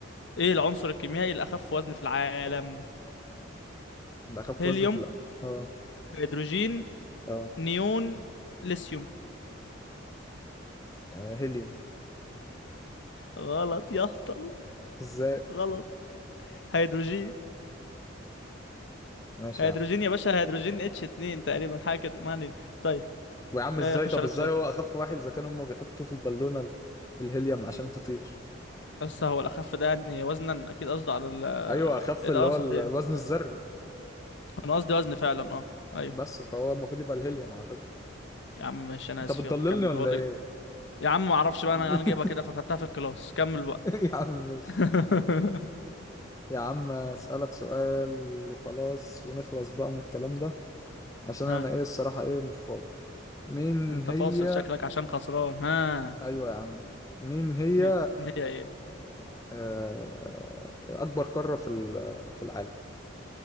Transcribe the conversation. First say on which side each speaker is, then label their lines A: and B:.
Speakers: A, on the left (about 60°); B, on the left (about 15°).
A: ايه العنصر الكيميائي الاخف وزن في العالم
B: ده أخف
A: هيليوم
B: وزن في الأرض اه
A: هيدروجين
B: اه
A: نيون ليثيوم
B: آه، هيليوم
A: غلط يا هطل
B: ازاي
A: غلط هيدروجين
B: ماشي
A: هيدروجين
B: يا عم
A: يا باشا هيدروجين اتش 2 تقريبا حاجه كده ما علينا طيب
B: ويا عم
A: آه،
B: ازاي
A: خش
B: طب
A: على
B: ازاي
A: بسؤال
B: هو أخف واحد إذا كانوا هما بيحطوه في البالونة ال- الهيليوم عشان تطير
A: بس هو الأخف ده يعني وزنا أكيد قصده على ال
B: أيوه أخف
A: إيه
B: اللي
A: ده أه
B: هو
A: صحيح
B: ال- الوزن الذري
A: أنا قصدي وزن فعلا أه أيوه
B: بس فهو المفروض يبقى الهيليوم على فكرة
A: يا عم ماشي أنا
B: انت
A: آسف
B: بتضللني
A: يلا كمل
B: ولا
A: هو اللي-
B: ايه
A: يا عم معرفش بقى
B: <laughs>
A: أنا أنا جايبها كده فخدتها في الكلاس كمل بقى
B: يا عم ماشي
A: <laughs>
B: يا عم اسالك سؤال وخلاص ونخلص بقى من الكلام ده عشان
A: ها
B: انا ايه الصراحه ايه مش فاضي مين
A: أنت
B: هي
A: فاصل شكلك عشان خسران ها
B: ايوه يا عم مين هي
A: مين هي إيه
B: آه، اكبر قاره في ال- في العالم